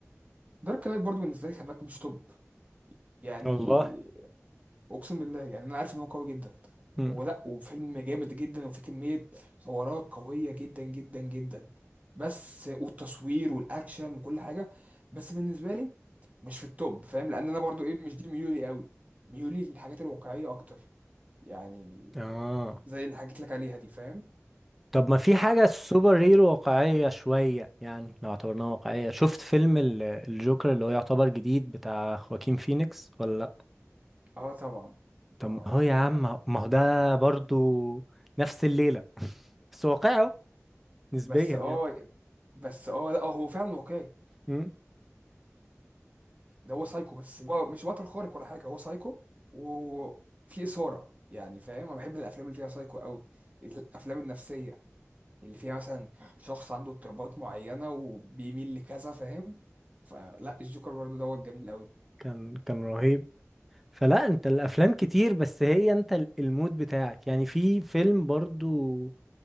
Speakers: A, on the right (about 30°); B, in the centre.
A: دارك نايت برضو بالنسبه لي خباك مش توب يعني
B: والله
A: اقسم بالله يعني انا عارف ان هو قوي جدا
B: مم.
A: ولا وفيلم جامد جدا وفيه كميه حوارات قويه جدا جدا جدا بس والتصوير والاكشن وكل حاجه بس بالنسبه لي مش في التوب فاهم لان انا برضو ايه مش دي ميولي قوي ميولي للحاجات الواقعيه اكتر يعني
B: اه
A: زي اللي حكيت لك عليها دي فاهم
B: طب ما في حاجة سوبر هيرو واقعية شوية يعني لو اعتبرناها واقعية شفت فيلم ال- الجوكر اللي هو يعتبر جديد بتاع خواكين فينيكس ولا لأ؟
A: اه طبعا
B: طب
A: اه
B: هو يا عم
A: يعني
B: ما هو ده برضو نفس الليلة بس واقعه نسبيا
A: بس اه
B: يعني
A: بس اه لا هو فعلا واقعي
B: مم.
A: ده هو سايكو بس هو مش بطل خارق ولا حاجه هو سايكو وفي اثاره يعني فاهم انا بحب الافلام اللي فيها سايكو قوي الافلام النفسيه اللي فيها مثلا شخص عنده اضطرابات معينه وبيميل لكذا فاهم فلا الجوكر برضه دوت جميل قوي
B: كان كان رهيب فلا انت الافلام كتير بس هي انت ال- المود بتاعك يعني في فيلم برضو